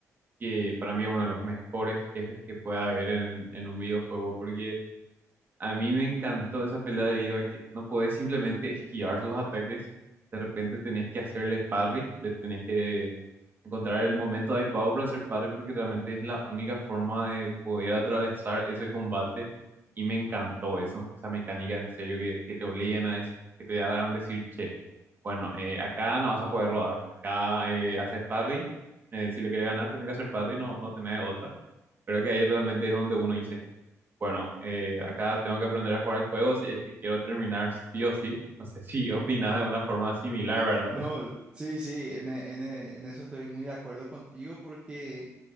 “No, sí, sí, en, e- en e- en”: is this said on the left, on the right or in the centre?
Right